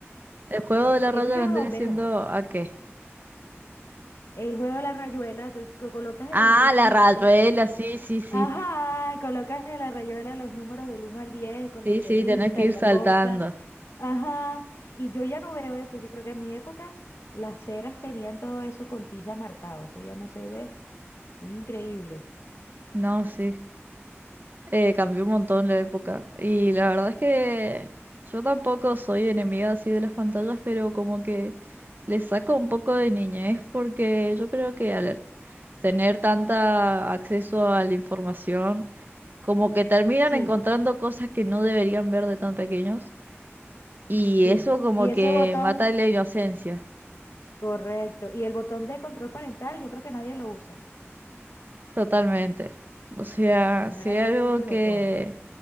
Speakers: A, on the right (about 45°); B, on the left (about 80°).
A: El juego
B: Es-
A: de la raya
B: Eso yo
A: vendría
B: no lo veo.
A: siendo ¿a qué?
B: El juego de la rayuela, entonces, que colocas
A: Ah,
B: en el piso.
A: la rayuela, sí, sí, sí.
B: Ajá, colocas en la rayuela los números del uno al 10 con
A: Sí,
B: la piedrita
A: sí, tenés que ir
B: y la
A: saltando.
B: cosa. Ajá, y yo ya no veo eso. Yo creo que en mi época las ceras tenían todo eso con tiza marcado. Eso ya no se ve. Es increíble.
A: No, sí. Eh, cambió un montón la época. Y la verdad es que yo tampoco soy enemiga así de las pantallas, pero como que le saco un poco de niñez porque yo creo que al tener tanta acceso a la información como que terminan
B: Sí,
A: encontrando cosas que no deberían ver de tan pequeños y
B: sí.
A: eso como
B: Y ese
A: que
B: botón,
A: mata la inocencia,
B: correcto. Y el botón de control parental, yo creo que nadie lo usa.
A: totalmente. O sea, si
B: Nadie
A: hay
B: usa
A: algo
B: ese
A: que,
B: botón.